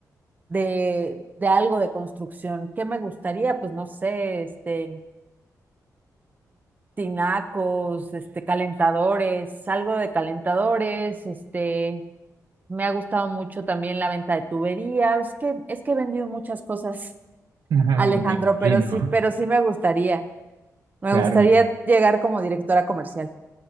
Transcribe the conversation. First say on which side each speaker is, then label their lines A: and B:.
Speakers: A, on the right (about 25°); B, on the right (about 85°).
A: de, de algo de construcción. ¿Qué me gustaría? Pues no sé, este, tinacos, este, calentadores, algo de calentadores, este, me ha gustado mucho también la venta de tubería. Es que, es que he vendido muchas cosas,
B: <laughs>
A: Alejandro,
B: Me imagino,
A: pero sí, pero sí me gustaría. Me
B: claro,
A: gustaría
B: me
A: llegar como directora comercial.